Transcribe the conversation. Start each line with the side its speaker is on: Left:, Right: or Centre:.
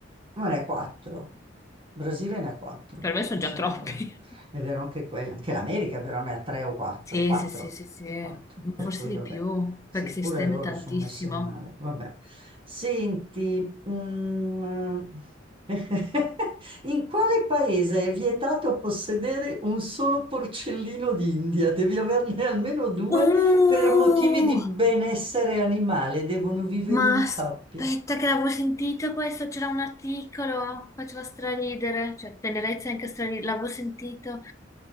Right: Ma ne ha quattro. Brasile ne ha quattro,
Left: Per me sono
Right: mi sembra.
Left: già troppi.
Right: È vero anche quello. Anche l'America però ne ha tre o quattro.
Left: Sì,
Right: Quattro.
Left: sì, sì, sì, sì, ma
Right: Quattro. Per
Left: forse
Right: cui
Left: di
Right: vabbè.
Left: più,
Right: Sì,
Left: perché si
Right: pure
Left: estende
Right: loro
Left: tantissimo.
Right: sono messi male. Vabbè. Senti, mm, <laughs> in quale paese è vietato possedere un solo porcellino d'India? Devi averne almeno due
Left: Uh!
Right: per motivi di benessere animale. Devono vivere
Left: Ma
Right: in
Left: aspetta
Right: coppia.
Left: che l'avevo sentito questo, c'era un articolo, faceva straridere, cioè tenerezza è anche straridere, l'avevo sentito.